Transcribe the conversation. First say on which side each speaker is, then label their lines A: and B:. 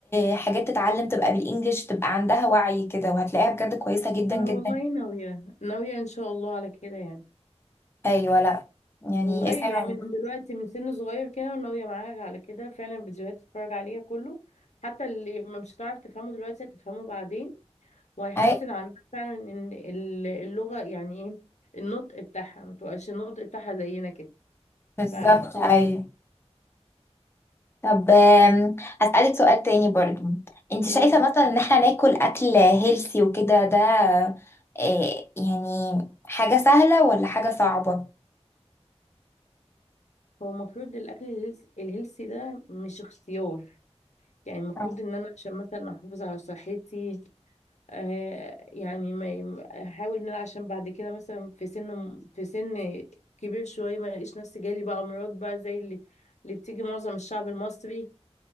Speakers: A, on the left; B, on the left.
A: حاجات تتعلم تبقى بالانجلش تبقى عندها وعي كده وهتلاقيها بجد كويسه جدا
B: انا
A: جدا
B: والله ناويه ناويه ان شاء الله على كده يعني
A: ايوه لا يعني
B: ولغايه
A: اسأل
B: يعني
A: عن-
B: من دلوقتي من سن صغير كده وناويه معاك على كده فعلا فيديوهات تتفرج عليها كله حتى اللي ما مش هتعرف تفهمه دلوقتي هتفهمه بعدين وهيحسن
A: اي
B: عندك فعلا ان ال- اللغه يعني ايه النطق بتاعها ما تبقاش النطق بتاعها زينا كده
A: بالظبط
B: فعلا
A: ايوه طب آم، هسألك سؤال تاني برضو انت
B: وبصي
A: شايفة مثلا ان احنا ناكل اكل هيلثي وكده ده آه، يعني حاجة سهلة ولا حاجة صعبة
B: هو المفروض الاكل الهيلث- الهيلثي ده مش اختيار يعني المفروض
A: اه
B: ان انا عشان مثلا احافظ على صحتي آه، يعني ما يم- احاول ان انا عشان بعد كده مثلا في سن في سن كبير شويه ما الاقيش نفسي جالي بقى امراض بقى زي اللي اللي بتيجي معظم الشعب المصري